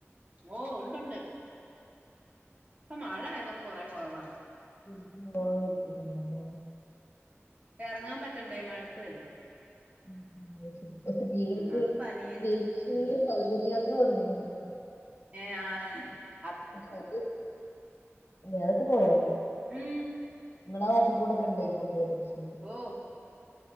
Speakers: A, on the right; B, on the left.
A: ഓഹ് ഉണ്ടുണ്ട്. ഇപ്പ മഴ ആയതോണ്ട് കൊറെ കൊറവാ.
B: <unintelligible>
A: എറങ്ങാൻ പറ്റണ്ടേ ഈ മഴത്ത്.
B: അഹ് ശരി സ്ത്രീകൾക്ക്
A: ഒന്നാത് പനി
B: സ്ത്രീക സൗജന്യയാത്ര തൊടങ്ങിക്ക്ണല്ലോ.
A: ഏഹ് ആഹ്
B: <unintelligible> പോയോ?
A: ഉം
B: ഇങ്ങളാവാത്ത് കൂടെ ണ്ടേക്കും പ്രിയദർശിനി?
A: ഓ